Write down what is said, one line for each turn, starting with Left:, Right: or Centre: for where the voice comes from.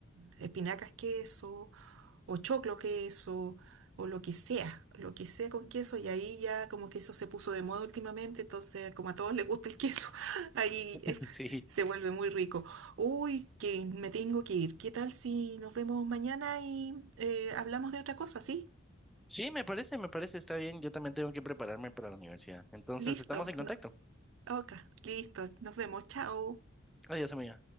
Right: espinacas queso, o choclo queso, o lo que sea, lo que sea con queso, y ahí ya como que eso se puso de moda últimamente, entonces como a todos les gusta el queso, <laughs> ahí
Centre: <laughs>
Right: eh,
Centre: sí.
Right: se vuelve muy rico. Uy, que me tengo que ir. ¿Qué tal si nos vemos mañana y eh, hablamos de otra cosa, sí?
Centre: Sí, me parece, me parece, está bien. Yo también tengo que prepararme para la universidad. Entonces,
Right: Listo,
Centre: estamos en contacto.
Right: no- ok, listo, nos vemos, chao.
Centre: Adiós, amiga.